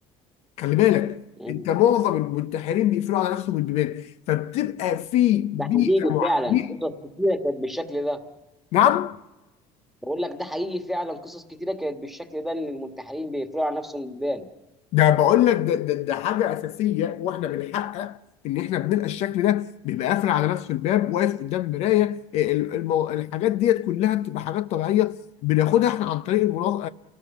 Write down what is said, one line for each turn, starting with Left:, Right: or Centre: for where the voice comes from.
Left: خلي بالك
Centre: مم.
Left: انت معظم المنتحرين بيقفلوا على نفسهم البيبان فبتبقى في بيئه
Centre: ده حقيقي
Left: مع...
Centre: فعلا
Left: بيئة-
Centre: قصص كتيرة كانت بالشكل ده
Left: نعم
Centre: بقول لك ده حقيقي فعلا قصص كتيره كانت بالشكل ده ان المنتحرين بيقفلوا على نفسهم بيبان
Left: ده بقول لك ده, ده, ده حاجه اساسيه واحنا بنحقق ان احنا بنلقى الشكل ده بيبقى قافل على نفسه الباب واقف قدام مرايه آه، ال- المو... الحاجات ديت كلها بتبقى حاجات طبيعيه بناخدها احنا عن طريق المناظ...